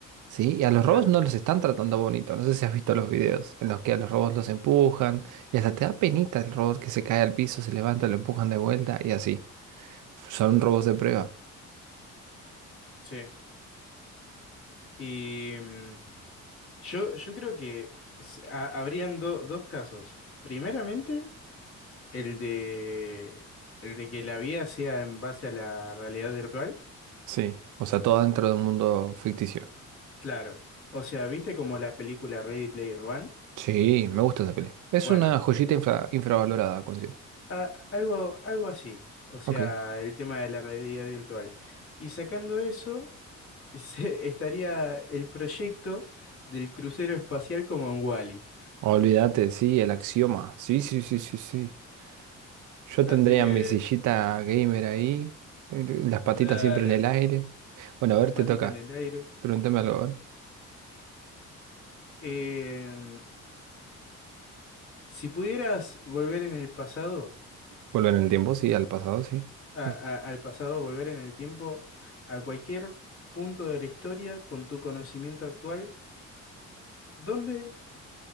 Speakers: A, on the right; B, on the left.
A: ¿sí? Y a los
B: Claro,
A: robots no los están tratando bonito, no sé si has visto los videos en los que a los robots los empujan y hasta te da penita el robot que se cae al piso, se levanta, lo empujan de vuelta y así. Son robots de prueba,
B: sí. Y mm, yo, yo creo que s- ha- habrían do- dos casos. Primeramente, el de, el de que la vida sea en base a la realidad virtual.
A: sí, o sea, todo dentro de un mundo ficticio.
B: Claro. O sea, ¿viste como la película Ready Player One?
A: Sí, me gusta esa peli. Es
B: Bueno,
A: una joyita infra- infravalorada, considero.
B: a- algo, algo así. O sea,
A: Ok.
B: el tema de la realidad virtual. Y sacando eso, se- <laughs> estaría el proyecto del crucero espacial como en Wall-E.
A: Olvídate, sí, el axioma. Sí, sí, sí, sí, sí. Yo
B: Así
A: tendría
B: que,
A: mi sillita gamer ahí, eh, las patitas
B: claro,
A: siempre en el aire. Bueno, a
B: las
A: ver,
B: patitas
A: te toca.
B: en el aire.
A: Pregúntame algo, a ver.
B: Eh, si pudieras volver en el pasado,
A: Volver en el tiempo, sí, al pasado, sí.
B: a-
A: sí.
B: a- al pasado, volver en el tiempo, a cualquier punto de la historia con tu conocimiento actual, ¿dónde